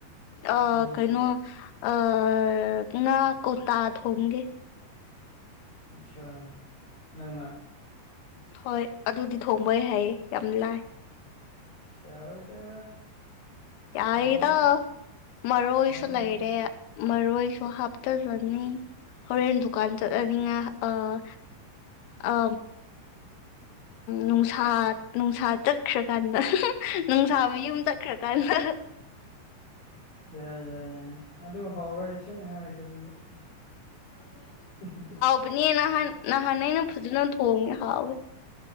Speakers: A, on the left; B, on the left.
A: ꯑꯥ
B: ꯎꯝ
A: ꯀꯩꯅꯣ ꯑꯥ ꯉꯥ ꯀꯣꯛꯇꯥ ꯍꯣꯡꯒꯦ ꯫
B: ꯑꯠꯆꯥ ꯅꯪꯅ
A: ꯍꯣꯏ ꯑꯗꯨꯗꯤ ꯊꯣꯡꯕ ꯑꯩ ꯍꯩꯌꯦ ꯌꯥꯝ ꯂꯥꯏ꯫
B: ꯌꯥꯔꯣꯏꯗ
A: ꯌꯥꯏꯗ
B: ꯍꯥꯎꯔꯣꯏꯗ
A: ꯃꯔꯣꯏꯁꯨ
B: ꯍꯥꯎꯔꯣꯏ
A: ꯂꯩꯔꯦ
B: ꯍꯥꯎꯔꯣꯏ
A: ꯫ ꯃꯔꯣꯏꯁꯨ ꯍꯥꯞꯇꯔꯅꯤ ꯍꯣꯔꯦꯟ ꯗꯨꯀꯥꯟ ꯆꯠꯂꯅꯤ ꯉꯥ ꯑꯥ <unintelligible> ꯎ ꯅꯨꯡꯁꯥ ꯅꯨꯡꯁꯥ ꯆꯠꯈ꯭ꯔꯀꯥꯟꯗ ꯅꯨꯡꯁꯥꯕ ꯌꯨꯝ ꯆꯠꯈ꯭ꯔ ꯀꯥꯟꯗ
B: ꯌꯥꯏ ꯌꯥꯏ ꯌꯥꯏ ꯑꯗꯨꯕꯨ ꯍꯧꯔꯣꯏ ꯏꯁꯦꯡꯅ ꯍꯥꯏꯔꯒꯦ ꯑꯗꯨꯗꯤ ꯍꯤ ꯍꯤ
A: ꯕꯅꯤ ꯅꯍꯥꯟ ꯅꯍꯥꯟ ꯑꯩꯅ ꯐꯖꯅ ꯊꯣꯡꯉꯦ ꯍꯥꯎꯋꯦ